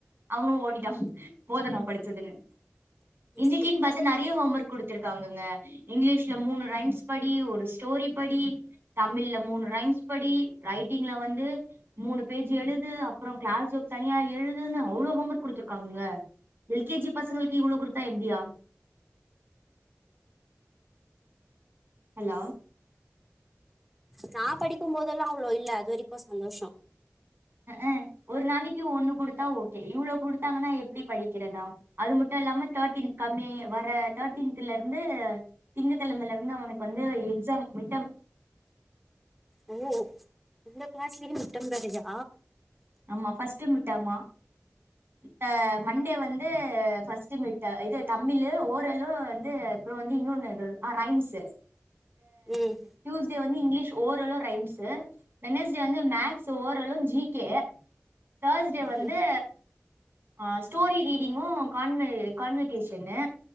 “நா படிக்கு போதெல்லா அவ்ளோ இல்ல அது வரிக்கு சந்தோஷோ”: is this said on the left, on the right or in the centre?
Centre